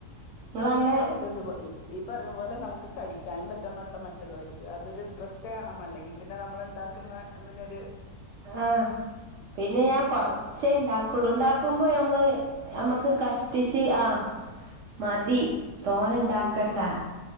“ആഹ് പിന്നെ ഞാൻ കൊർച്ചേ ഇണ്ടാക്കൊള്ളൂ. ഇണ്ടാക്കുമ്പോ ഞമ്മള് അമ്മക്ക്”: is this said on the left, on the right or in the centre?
Right